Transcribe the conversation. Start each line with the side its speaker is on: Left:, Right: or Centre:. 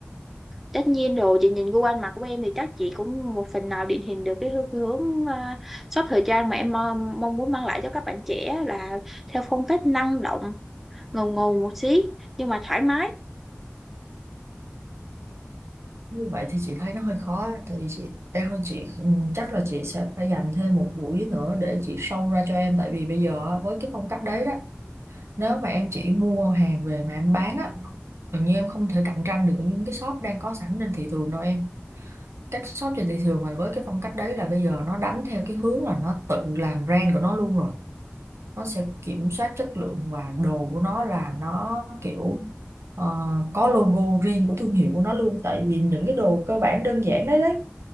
Centre: Tất nhiên rồi, chị nhìn gu ăn mặc của em thì chắc chị cũng một phần nào định hình được cái hướng, cái hướng à, shop thời trang mà em mong, mong muốn mang lại cho các bạn trẻ là theo phong cách năng động, ngầu ngầu một xí nhưng mà thoải mái.
Right: như vậy thì chị thấy nó hơi khó thì chị em ơi chị ừ, chắc là chị sẽ phải dành thêm một buổi nữa để chị sâu ra cho em tại vì bây giờ á, với cái phong cách đấy đó nếu mà em chỉ mua hàng về mà em bán á tự nhiên em không thể cạnh tranh được những cái shop đang có sẵn trên thị trường đâu em các shop trên thị trường mà với cái phong cách đấy là bây giờ nó đánh theo cái hướng là nó tự làm brand của nó luôn rồi nó sẽ kiểm soát chất lượng và đồ của nó là nó kiểu ờ, có logo riêng của thương hiệu của nó luôn tại vì những cái đồ cơ bản đơn giản đấy đấy